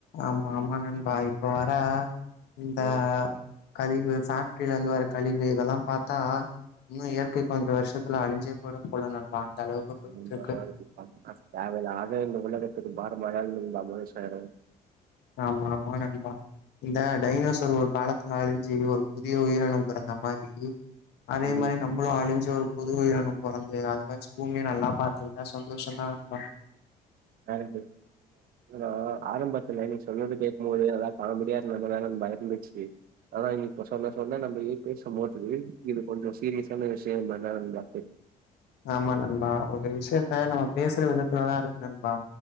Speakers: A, on the left; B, on the right.
A: ஆமா ஆமா நண்பா இப்போ வர இந்த
B: ம்
A: கழிவு சார் வெற்றில இருந்து வர கழிவு இதெலாம் பாத்தா இன்னும்
B: ம்.
A: <unintelligible> வருஷத்து <unintelligible> அழிஞ்சே போயிடும் போல நண்பா அளவுக்கு போயிட்டு
B: <unintelligible>
A: இருக்கு
B: தேவ இல்லாத இந்த உலகத்துக்கு பார <unintelligible> பாமா சாய்
A: ஆமா ஆமா நண்பா இந்த டைனோசர் ஒரு காலத்துல அழிஞ்சு ஒரு புதிய உயிரணும் பிறந்த மாரி அதே
B: ம்
A: மாரி நம்மளும் அழிஞ்ச ஒரு புது உயிரணும் பிறந்து அது வச்சு பூமிய நல்லா பாத்தட்டுதான் சந்தோஷம் தான் நண்பா
B: <unintelligible> அட அ ஆரம்ப இல்ல நீங்க சொன்னத கேக்கும் போது அதாது பபடியா நம்மதான பயந்துச்சு அதனான் இ இப்ப சொன்ன சொன்னா நம்ம ஏ பேச இது இது கொஞ்சம் சீரியஸ் இத்தன விஷயம் மனந்தா
A: ஆமா நண்பா ஒரு விஷயத்த நம்ம பேசுற விதத்துலதான் இருக்கு நண்பா